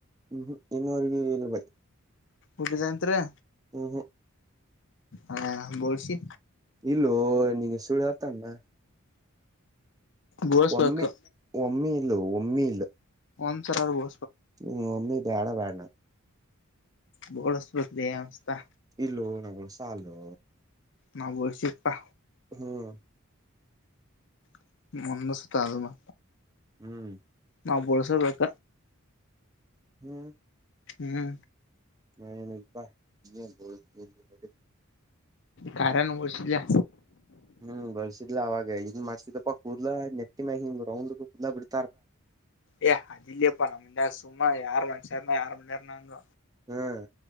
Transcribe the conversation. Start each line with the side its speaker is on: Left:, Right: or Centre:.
Right: ಹ್ಮ ಇನ್ನುವರೆಗಿ ಇಲ್ ಬೈ
Left: ಊಟಾಗೆನಿಂತಿರಿ
Right: ಹ್ಮ ಹ್ಮ
Left: ಅಯ ಬೋಳ್ಸಿ
Right: ಇಲ್ಲೋ ನಿನ್ಗ ಸುಳ್ಳ ಹೇಳ್ತೇನಿನ
Left: ಬೋಳ್ಸ್ಬೇಕು
Right: ಒಮ್ಮಿ ಒಮ್ಮಿ ಇಲ್ಲೋ ಒಮ್ಮಿ ಇಲ್ಲ
Left: ಒಂದಸರ ಒ
Right: ಹ್ಮ ಒಮ್ಮಿ ಬ್ಯಾಡ ಬ್ಯಾಡ ನಂಗ್
Left: ಬೋಳುಸ್ಬೇಕ್ರಿ ಅವನ್ತ
Right: ಇಲ್ಲೋ ನಾ ಮ್ನಸಾಲ್ಲೂ
Left: ನಾ ಓಲ್ಡ್ ಶಿಪಾ
Right: ಹ್ಮ್
Left: <unintelligible> ನಿಮ್ಮ್ಮನ ಸ್ತಲ್ವ
Right: ಹ್ಮ್
Left: ನಾವ ಬೋಳ್ಸಬೇಕ
Right: ಹ್ಮ್
Left: ಹ್ಮ್
Right: ನಾಯೆನ್ ಇಲ್ಲಪ್ಪಾ ಈಗೆನ್ ಬೋಳಸ್ಕೊಂತಿ ನಡಿ
Left: ಕಾರ್ಯಾನವ ಬೋಳಸಿದ್ವಿಲಾ
Right: ಹ್ಮ್ ಬಳ್ಸಿದಿಲ್ಲ ಅವಾಗ ಇದನ್ ಮಾಡ್ತಿದಪ್ಪ ಕೂುದಲಾ ನೆಟ್ಟಿ ಮಿ ಹಿಂಗ ಕುದಲ ಬಿಡ್
Left: ಏ ಅದಲ್ಲಿಪ್ಪ ನಮ್ಮ ಮುಂದಾಗ ಸುಮ ಯಾರು ಮನುಷ್ಯಾರನ ಯಾರು ಮಸಾರನಂಗ
Right: ಹ್ಮ್